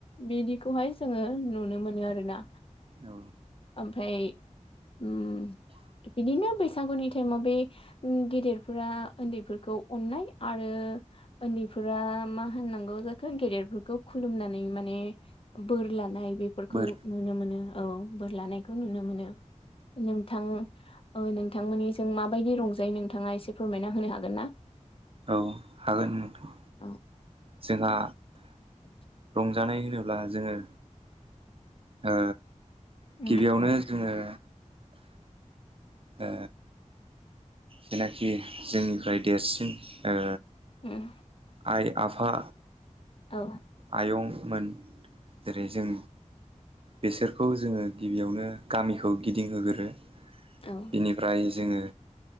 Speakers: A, on the left; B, on the right.
A: बिदिखौहाय जोङो नुनो मोनो आरोना
B: औ
A: ओमफ्राय उम बिदिनो बैसाग बैसागुनि टाइमाव बे गेदेरफोरा उन्दैफोरखौ अननाय आरो उन्दै फोरा मा होननांगौ जाखो गेदेरफोरखौ खुलुमनानै माने बोर लानाय बेफोरखौ
B: बोर
A: नुनो मोनो औ बोर लानायखौ नुनो मोनो नोंथां ओ नोंथ नोंथांमोननि जों माबायदि रंजायो नोंथाङा एसे फोरमायना होनो हागोन ना
B: औ हागोन नोंथां
A: औ
B: जोंहा
A: <inaudible>
B: रंजानाय होनोब्ला जोङो ओ
A: उम
B: गिबियावनो जोङो ओ जेनाखि जोंनिफ्राय देरसिन ओ
A: उम
B: आइ आफा
A: औ
B: आयंमोन जेरै जों बेसोरखौ जोङो गिबियावनो गामिखौ गिदिंहोग्रो
A: औ
B: बेनिफ्राय जोङो